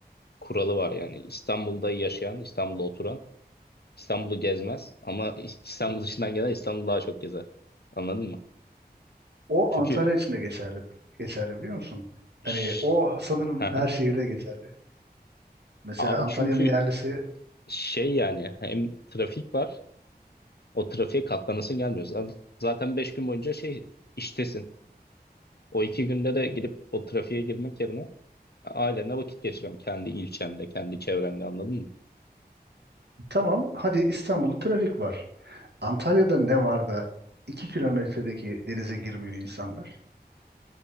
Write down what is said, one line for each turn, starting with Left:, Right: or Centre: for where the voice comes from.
Left: kuralı var yani İstanbul'da yaşayan, İstanbul'da oturan İstanbul'u gezmez ama İstanbul dışından gelen İstanbul'u daha çok gezer. Anladın mı?
Right: O
Left: Çünkü
Right: Antalya için de geçerli. Geçerli biliyor musun? Hani
Left: Şş,
Right: o sanırım
Left: hı
Right: her
Left: hı.
Right: şehirde geçerli. Mesela
Left: abi
Right: Antalya'nın
Left: çünkü
Right: yerlisi
Left: şey yani hem trafik var o trafiğe katlanasın gelmiyor. Zaten zaten 5 gün boyunca şey iştesin. O iki günde de gidip o trafiğe girmek yerine ailenle vakit geçiriyorsun. Kendi ilçende, kendi çevrende anladın mı?
Right: Tamam, hadi İstanbul'da trafik var. Antalya'da ne var da 2 kilometredeki denize girmiyor insanlar?